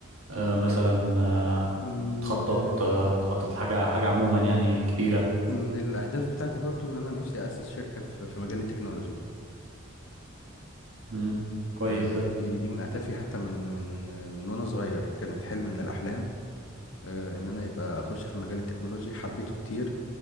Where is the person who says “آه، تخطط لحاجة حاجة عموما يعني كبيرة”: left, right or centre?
Right